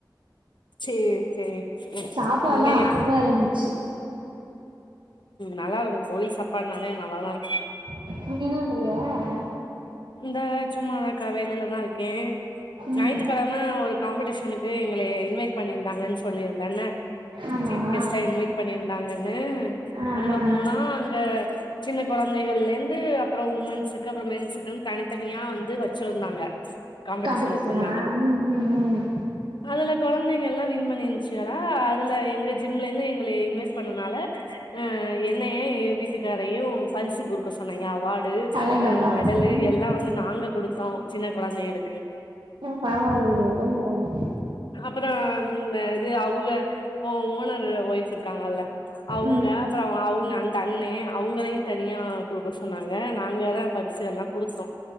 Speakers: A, on the left; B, on the right.
A: சேர் சேர்
B: சாப்பாட்லா
A: நீங்கயா
B: அப்டிதா இருந்துச்சு
A: நல்லா இருக்கும் கோவில் சாப்பாடுனாலே நல்லா தான் இருக்கும்
B: நீ நின்னுட்ருந்தியா <unintelligible>
A: இந்த சும்மாதாக்கா வேலையிலதான் இருக்கேன்
B: ம்
A: ஞாயித்துக்கிழமை ஒரு காம்படிஷன் னக்கு எங்களை இன்வைட் பண்ணிருந்தாங்க சொல்லியிருந்தேன்ல
B: ஆமா
A: சீப்
B: ஆ
A: கெஸ்டா இன்வைட் பண்ணியிருந்தாங்க
B: ஆ
A: அங்க
B: ஆ
A: போனா அங்க சின்ன குழந்தைகள்லந்து அப்புறம் உமன்ஸுக்கு அப்புறம்மென்ஸுக்கு தனித்தனியா வந்து வச்சிருந்தாங்க காம்படிஷன்
B: காம்படிஷனா
A: வச்சிருந்தாங்க
B: ம் ம் ம்
A: அதுல குழந்தைங்க எல்லாம் வின் பண்ணி ஆ அதுல எங்க ஜிம்ல இருந்து எங்களை இன்வெய்ட் பண்ணதனால ஆஹ் என்ன ஏன் வீட்டுக்காரையும் பரிசு குடுக்க சொன்னாய்ங்க அவாட் டு
B: அடேங்கப்பா
A: ஆ மெடலு
B: ம்
A: எல்லாம் வந்து நாங்க கொடுத்து கொடுத்தோம் சின்ன குழந்தைகளுக்கு
B: ஆஹ பரவால்லையே உம்
A: அப்புறம் இது அவங்க ஓனர் ஓய்ப் இருக்காங்கல்ல அவங்க
B: ம்
A: அப்புறம் அவங்க அந்த அண்ணே அவங்களையும் தனியா கொடுக்க சொன்னாங்க நாங்க தான் பரிசு கொடுத்தோம்